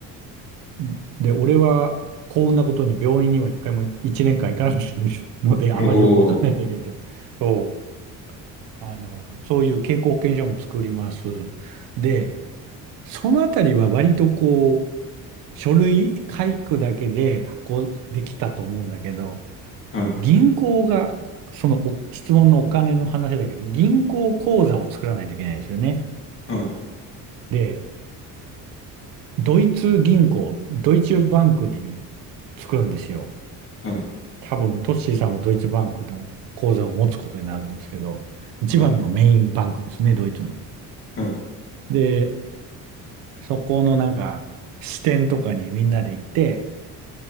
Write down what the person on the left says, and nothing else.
おお、
はい、
はい、
はい、
はい、
はい。